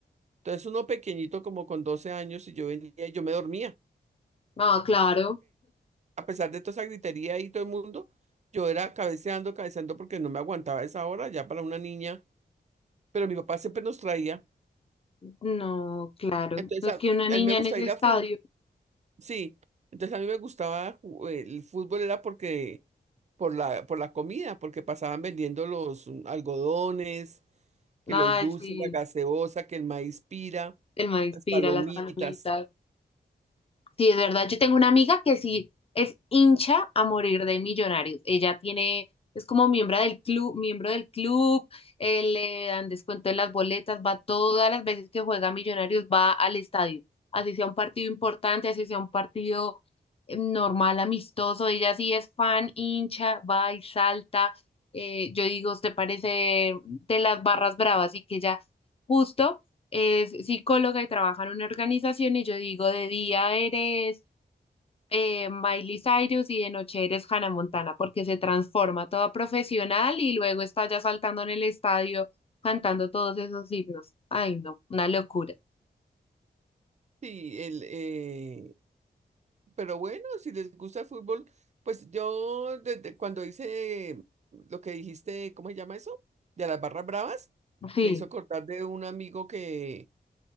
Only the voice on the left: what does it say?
ah claro,
no, claro.
No es
que una niña
en ese
estadio,
ay,
sí,
el man inspira
las palomitas. Sí, es verdad. Yo tengo una amiga que sí es hincha a morir de Millonarios. Ella tiene, es como miembro del club, miembro del club, eh, le dan descuento en las boletas, va todas las veces que juega Millonarios, va al estadio. Así sea un partido importante, así sea un partido eh, normal, amistoso. Ella sí es fan, hincha, va y salta. Eh, yo digo, ¿te parece de las barras bravas? Y que ella justo es psicóloga y trabaja en una organización y yo digo, de día eres eh, Miley Cyrus y de noche eres Hannah Montana, porque se transforma toda profesional y luego está ya saltando en el estadio cantando todos esos himnos. Ay, no, una locura.
Sí,